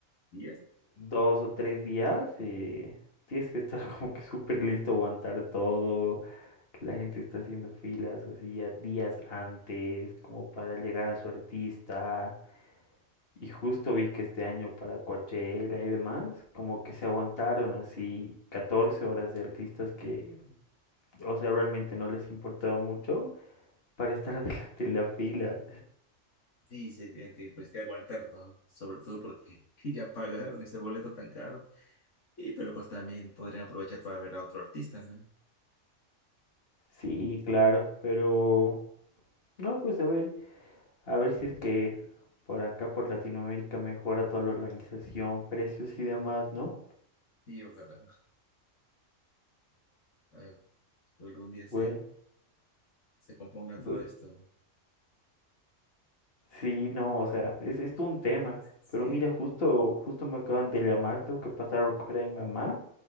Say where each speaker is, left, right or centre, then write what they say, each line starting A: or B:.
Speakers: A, on the left; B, on the left.
A: Y ya,
B: dos o tres días, eh, tienes que estar <laughs> como que súper listo, aguantar todo. La gente está haciendo filas así ya días antes, como para llegar a su artista. Y justo vi que este año para Coachella y demás, como que se aguantaron así 14 horas de artistas que, o sea, realmente no les importaba mucho para estar <laughs> adelante en la fila.
A: sí, se tienen que, pues, que aguantar, ¿no? Sobre todo porque <laughs> ya pagaron ese boleto tan caro. Y pero pues también podrían aprovechar para ver a otro artista, ¿no?
B: Sí, claro, pero no, pues a ver, a ver si es que por acá, por Latinoamérica, mejora toda la organización, precios y demás, ¿no?
A: Sí, ojalá. eh, algún día se
B: Bueno,
A: se componga
B: bueno.
A: todo esto.
B: Sí, no, o sea, es, es todo un tema.
A: Sí,
B: Pero mira, justo, justo me acaban de llamar, tengo que pasar a recoger a mi mamá.